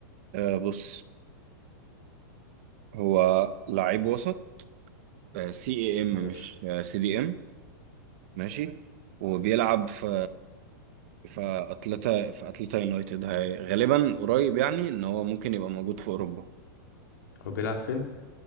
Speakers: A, on the right; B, on the left.
A: آه، بص هو لعيب وسط آه سي اي ام
B: ماشي
A: مش آه سي دي ام ماشي وبيلعب في في اتلتا في اتلتا يونايتد هي غالبا قريب يعني ان هو ممكن يبقى موجود في اوروبا
B: هو بيلعب فين